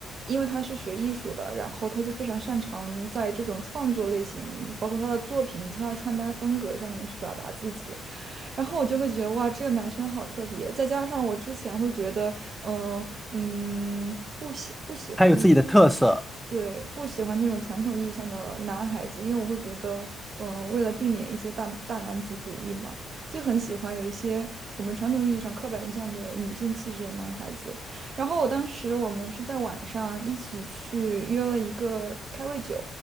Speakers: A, on the right (about 50°); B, in the centre.
A: 因为他是学艺术的，然后他就非常擅长在这种创作类型，包括他的作品以及他的穿搭风格上面去表达自己，然后我就会觉得哇，这个男生好特别，再加上我之前会觉得，嗯、嗯，不喜不喜欢那种。
B: 他有自己的特色，
A: 对，不喜欢那种传统意义上的男孩子，因为我会觉得，嗯，为了避免一些大大男子主义嘛，就很喜欢有一些我们传统意义上刻板印象的女性气质的男孩子。然后我当时我们是在晚上一起去约了一个开胃酒，